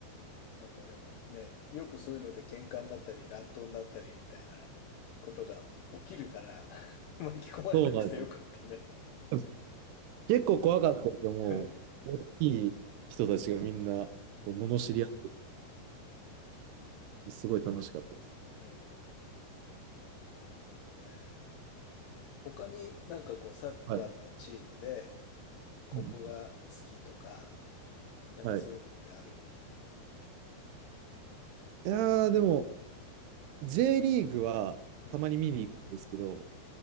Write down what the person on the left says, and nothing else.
なんかでもね、よくそういうので喧嘩になったり乱闘になったりみたいなことが起きるから <laughs> 巻き込まれなくてよかったね。
<laughs>
うん。
うん。なるほどね。他になんかこうサッカーのチームで
ここが好きとか、
なんかそういうのってある
うん。